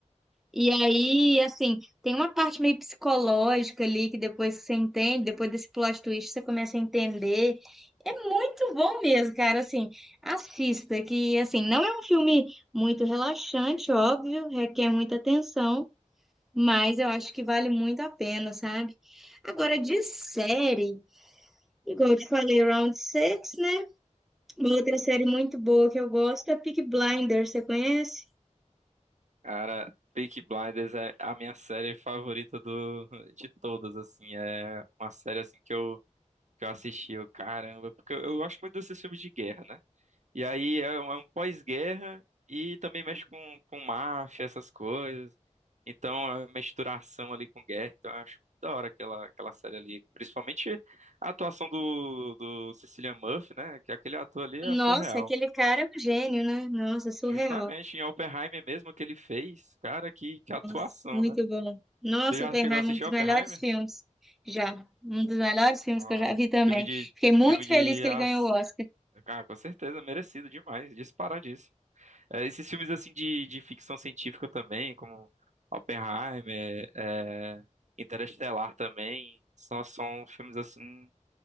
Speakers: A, in the centre; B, on the right.
A: E aí, assim, tem uma parte meio psicológica ali que depois que você entende, depois desse plot twist você começa a entender. É muito bom mesmo, cara. Assim, assista, que assim, não é um filme muito relaxante, óbvio, requer muita atenção, mas eu acho que vale muito a pena, sabe? Agora, de série, igual eu te falei, Round Six, né? Uma outra série muito boa que eu gosto é Peaky Blinders, você conhece?
B: Cara, Peaky Blinders é a minha série favorita do, de todas, assim. É uma série assim que eu, que eu assisti, eu, caramba, porque eu, eu gosto muito desses filmes de guerra, né? E aí é um, é um pós-guerra e também mexe com, com máfia, essas coisas. Então a misturação ali com guerra. Então eu acho muito da hora aquela, aquela série ali. Principalmente a atuação do, do Cillian Murphy, né? Que aquele ator ali é
A: Nossa,
B: surreal.
A: aquele cara é um gênio, né? Nossa, surreal.
B: Justamente em Oppenheimer mesmo que ele fez. Cara, que, que atuação,
A: Nossa, muito
B: né?
A: bom. Nossa,
B: Você já
A: Oppenheimer
B: chegou a assistir
A: é um dos
B: Oppenheimer?
A: melhores filmes já. Um dos melhores filmes
B: Ó,
A: que eu já vi também.
B: filme de,
A: Fiquei muito
B: filme de
A: feliz que ele
B: as...
A: ganhou o Oscar.
B: Cara, com certeza, merecido demais. disparadíssimo. É, esses filmes assim de, de ficção científica também, como Oppenheimer, é, Interestelar também, só são filmes assim